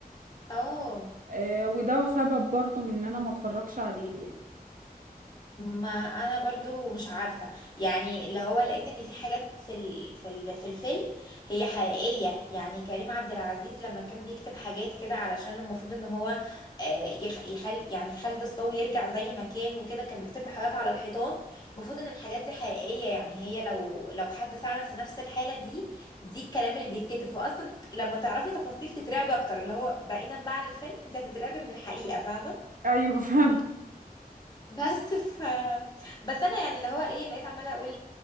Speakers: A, on the left; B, on the right.
A: اه
B: آه، وده سبب برضو من ان انا ما اتفرجش عليه يعني
A: ما انا برضو مش عارفه يعني اللي هو لقيت ان في حاجات في ال... في ال... في الفيلم هي حقيقيه يعني كريم عبد العزيز لما كان بيكتب حاجات كده علشان المفروض ان هو آه، يخ... يخل يعني خالد الصاوي يرجع زي ما كان وكده كان بيكتب له حاجات على الحيطان المفروض ان الحاجات دي حقيقيه يعني هي لو لو حد فعلا في نفس الحاله دي دي الكلام اللي بيتكتب فاصلا لما تعرفي تفاصيل تترعبي اكتر اللي هو بعيدا بقى عن الفيلم انت هتترعبي من الحقيقه فاهمه
B: ايوه <laughs> فعلا
A: بس ف بس انا يعني اللي هو ايه بقيت عماله اقول